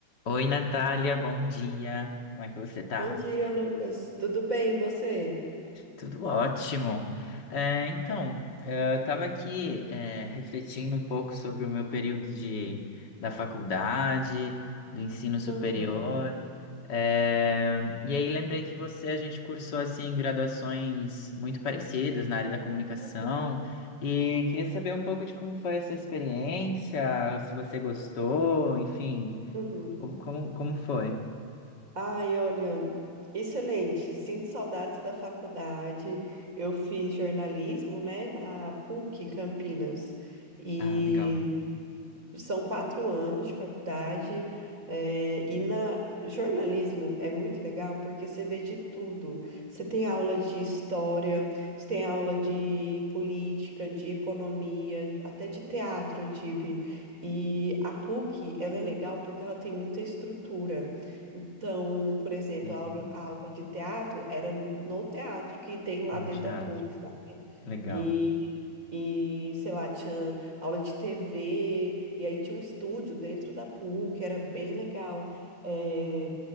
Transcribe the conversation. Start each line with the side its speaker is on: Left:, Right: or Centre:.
Left: Oi, Natália, bom dia. Como é que você tá?
Right: Bom dia, Lucas. Tudo bem, e você?
Left: Tudo ótimo. É, então, é, eu estava aqui, é, refletindo um pouco sobre o meu período de, da faculdade, do ensino superior.
Right: Aham.
Left: É, e aí lembrei que você, a gente cursou assim graduações muito parecidas na área da comunicação.
Right: Uhum.
Left: E queria saber um pouco de como foi essa experiência, se você gostou, enfim,
Right: Uhum.
Left: como, como, como foi?
Right: Ai, olha, excelente. Sinto saudades da faculdade. Eu fiz jornalismo, né, na PUC Campinas. E
Left: Ah, legal.
Right: São quatro anos de faculdade, eh, e na jornalismo é muito legal porque você vê de tudo. Você tem aula de história, você tem aula de política, de economia, até de teatro eu tive. E a PUC, ela é legal porque ela tem muita estrutura. Então, por exemplo,
Left: Uhum.
Right: a aula, a aula de teatro era no teatro que tem lá
Left: No
Right: dentro
Left: teatro.
Right: da PUC, sabe?
Left: Legal.
Right: E, e sei lá, tinha aula de TV, e aí tinha um estúdio dentro da PUC, era bem legal. É,